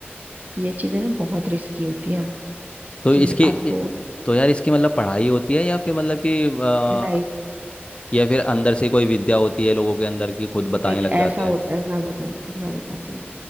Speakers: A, on the right (about 40°); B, on the left (about 30°).
A: ये चीजें ना बहुत रिस्की होती है
B: तो
A: कि
B: इसकी
A: आपको
B: इ- तो यार इसकी मतलब पढ़ाई होती है या फिर मतलब कि अ,
A: पढ़ाई
B: या फिर अंदर से कोई विद्या होती है लोगों के अंदर की खुद बताने
A: एक
B: लग
A: ऐसा
B: जाते
A: होता
B: हैं
A: है मैं बताती हूँ मैं बताती हूँ